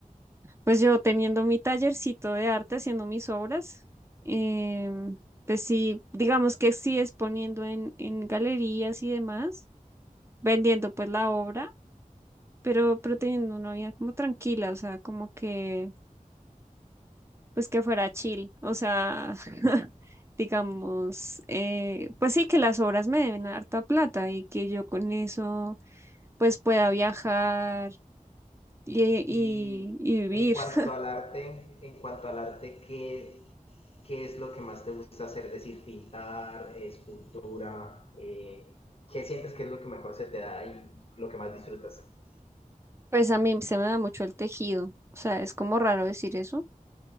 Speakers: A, on the right (about 20°); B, on the left (about 45°).
A: Pues yo teniendo mi tallercito de arte, haciendo mis obras, em, pues sí, digamos que sí exponiendo en, en galerías y demás, vendiendo pues la obra, pero, pero teniendo una vida como tranquila, o sea, como que pues que fuera chill, o sea, <laughs> digamos, eh, pues sí que las obras me deben harta plata y que yo con eso pues pueda viajar y, y,
B: Y
A: y vivir.
B: en cuanto
A: <laughs>
B: al arte, en cuanto al arte, ¿qué, ¿Qué es lo que más te gusta hacer? Es decir, pintar, eh, escultura, eh, ¿qué sientes que es lo que mejor se te da y lo que más disfrutas?
A: Pues a mí se me da mucho el tejido, o sea, es como raro decir eso,